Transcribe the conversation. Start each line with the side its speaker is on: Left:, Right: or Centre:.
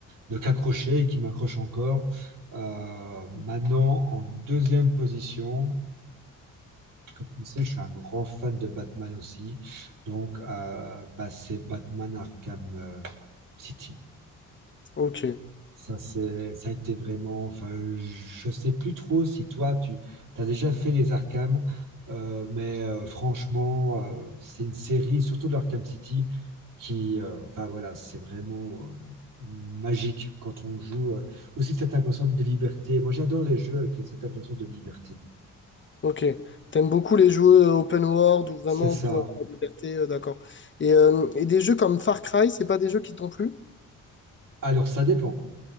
Right: de qu'accroché et qui m'accroche encore. Euh, maintenant, en deuxième position, comme tu le sais, je suis un grand fan de Batman aussi. Donc, euh, bah, c'est Batman Arkham euh, City.
Left: Ok.
Right: Ça, c'est, ça a été vraiment. Enfin, je sais plus trop si toi, tu as déjà fait les Arkham, euh, mais euh, franchement, euh, c'est une série, surtout de l'Arkham City, qui, euh, enfin voilà, c'est vraiment euh, magique quand on joue. euh, aussi cette impression de liberté. Moi, j'adore les jeux avec cette impression de liberté.
Left: Ok. T'aimes beaucoup les jeux euh, open world où vraiment
Right: C'est ça.
Left: on peut avoir la liberté, euh, d'accord. Et, euh, et des jeux comme Far Cry, c'est pas des jeux qui t'ont plu?
Right: Alors, ça dépend.